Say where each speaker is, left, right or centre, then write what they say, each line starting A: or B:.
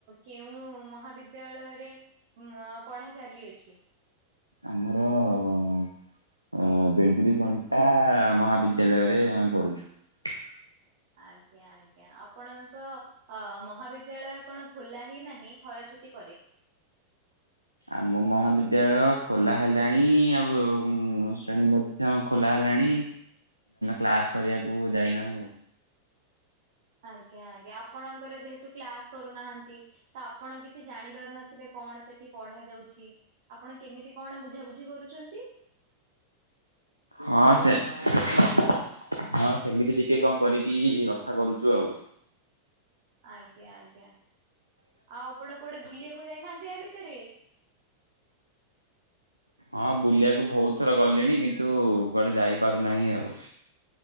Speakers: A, on the right; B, on the right.
A: କେଉଁ ମହାବିଦ୍ୟାଳୟରେ ଉଁ ପଢା ଚାଲିଅଛି?
B: ଆମର ଅ ଅ ବେଣ୍ଡୁରି କଣ୍ଟା ମହାବିଦ୍ୟାଳୟରେ ଆମେ ପଢୁଛୁ।
A: ଆଜ୍ଞା ଆଜ୍ଞା ଆପଣଙ୍କ ତ ମହାବିଦ୍ୟାଳୟ କଣ ଖୋଲା ହି ନାହିଁ ଖରା ଛୁଟି ପରେ?
B: ଆମ ମହାବିଦ୍ୟାଳୟ ଖୋଲା ହେଲାଣି ଆଉ ଶ୍ରେଣୀ ମଧ୍ୟ ଖୋଲା ଲାଣି କ୍ଲାସ କରିବାକୁ ଯାଇନାହୁଁ।
A: ଆଜ୍ଞା ଆଜ୍ଞା ଆପଣଙ୍କର ଯେହେତୁ କ୍ଲାସ କରୁନାହାନ୍ତି। ତ ଆପଣ କିଛି ଜାଣି ପାରୁନଥିବେ କଣ ସେଠି ପଢା ଯାଉଛି। ଆପଣ କେମିତି କଣ ବୁଝାବୁଝି କରୁଛନ୍ତି?
B: ହଁ ସେ। <inaudible> ହଁ ସେମିତି ଟିକେ କଣ କରିକି କଥା କରୁଛୁ ଆଉ।
A: ଆଜ୍ଞା ଆଜ୍ଞା ଆଉ ଆପଣ କୁଆଡେ ବୁଲିବାକୁ ଯାଇନାହାନ୍ତି ୟା ଭି ତରେ?
B: ହଁ ବୁଲିବାକୁ ବହୁତ ଥର ଗଲିଣି କିନ୍ତୁ କୁଆଡେ ଯାଇପାରୁନାହିଁ ଆଉ।